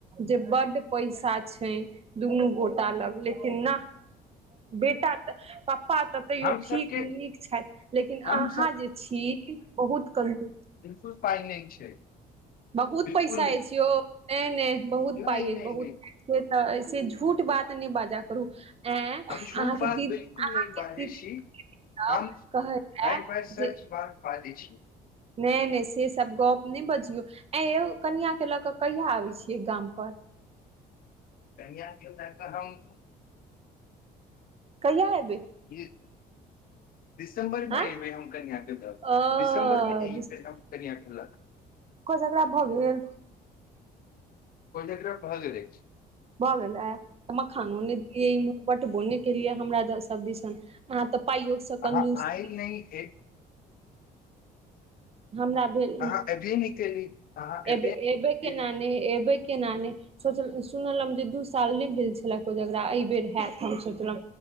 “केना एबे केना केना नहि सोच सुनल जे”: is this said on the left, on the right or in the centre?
Right